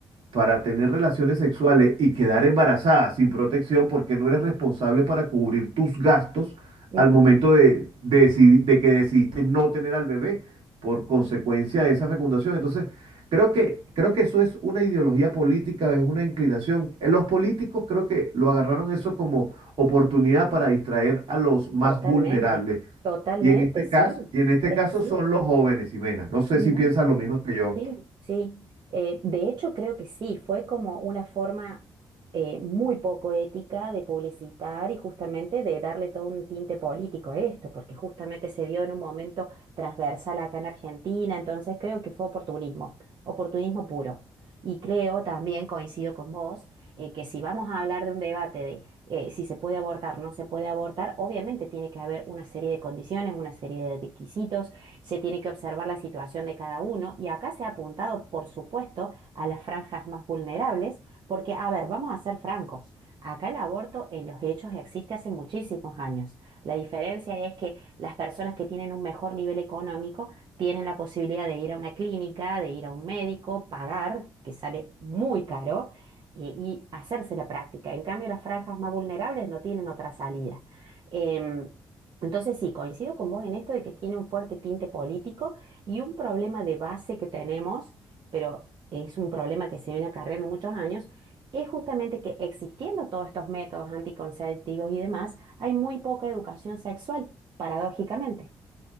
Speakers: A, on the right (about 75°); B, on the right (about 55°).
A: para tener relaciones sexuales y quedar embarazada sin protección porque no eres responsable para cubrir tus gastos
B: ujú,
A: al momento de, de decidi- de que decidiste no tener al bebé por consecuencia de esa fecundación. Entonces, creo que, creo que eso es una ideología política, es una inclinación. Eh, Los políticos creo que lo agarraron eso como oportunidad para distraer a los más
B: Totalmente,
A: vulnerables.
B: totalmente,
A: Y en este
B: sí,
A: caso, y en este
B: es
A: caso
B: así.
A: son los jóvenes, Ximena. No sé
B: ¿Y
A: si
B: vos?
A: piensas lo mismo que yo.
B: Sí, sí. Eh, de hecho, creo que sí, fue como una forma eh, muy poco ética de publicitar y justamente de darle todo un tinte político a esto, porque justamente se dio en un momento transversal acá en Argentina, entonces creo que fue oportunismo, oportunismo puro. Y creo también, coincido con vos, eh, que si vamos a hablar de un debate de eh, si se puede abortar, no se puede abortar, obviamente tiene que haber una serie de condiciones, una serie de requisitos se tiene que observar la situación de cada uno y acá se ha apuntado, por supuesto, a las franjas más vulnerables, porque, a ver, vamos a ser francos, acá el aborto en los hechos existe hace muchísimos años. La diferencia es que las personas que tienen un mejor nivel económico tienen la posibilidad de ir a una clínica, de ir a un médico, pagar, que sale muy caro, eh, y hacerse la práctica. En cambio, las franjas más vulnerables no tienen otra salida. Em, entonces sí, coincido con vos en esto de que tiene un fuerte tinte político y un problema de base que tenemos, pero es un problema que se viene acarreando muchos años, es justamente que existiendo todos estos métodos anticonceptivos y demás, hay muy poca educación sexual, paradójicamente.